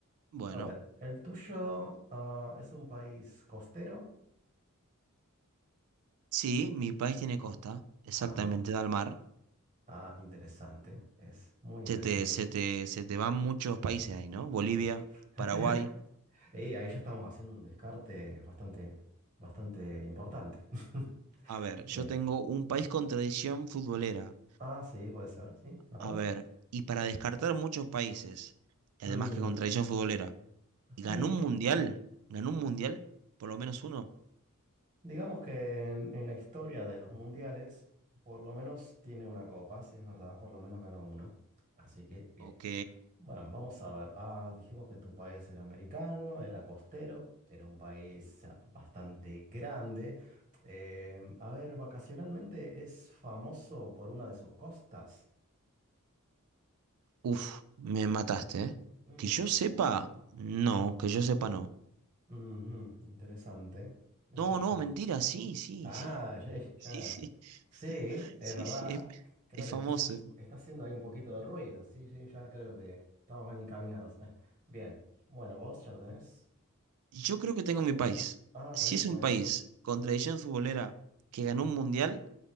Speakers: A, on the right; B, on the right.
A: Bueno,
B: A ver, ¿el tuyo, ah, es un país costero?
A: sí, mi país tiene costa, exactamente,
B: Ajá.
A: da al mar.
B: Ah, interesante. Es muy interesante.
A: Se te, se te, se te van muchos países ahí, ¿no? Bolivia,
B: <laughs>
A: Paraguay.
B: Y ahí ya estamos haciendo un descarte bastante, bastante importante. <laughs>
A: A ver, yo
B: Bien.
A: tengo un país con tradición futbolera.
B: Ah, sí, puede ser, sí. A
A: A
B: ver.
A: ver, y para descartar muchos países, y
B: Mm,
A: además que con tradición futbolera, ¿ganó
B: ahí, l-
A: un mundial? ¿Ganó un mundial? ¿Por lo menos uno?
B: digamos que en, en la historia de los mundiales, por lo menos tiene una copa, si es verdad, por lo menos ganó uno. Así que, bien.
A: Ok.
B: Bueno, vamos a ver. Ah, dijimos que tu país era americano, era costero, era un país ah, bastante grande. Eh, a ver, vacacionalmente es famoso por una de sus costas.
A: Uf, me mataste, ¿eh?
B: Mm,
A: Que yo sepa, no, que yo sepa, no.
B: ujú, interesante, interesante.
A: No, no, mentira, sí, sí,
B: Ah,
A: sí.
B: ya, ya.
A: Sí, sí,
B: Sí,
A: <laughs>
B: es
A: sí,
B: verdad.
A: sí, es,
B: Creo
A: es
B: que
A: famoso.
B: estás, está haciendo ahí un poquito de ruido. Sí, sí, ya creo que estamos encaminados. <laughs> Bien, bueno, vos ya lo tenés.
A: Yo creo que tengo mi país.
B: Ah,
A: Si
B: tenés tu
A: es un
B: país.
A: país con tradición futbolera que ganó un mundial,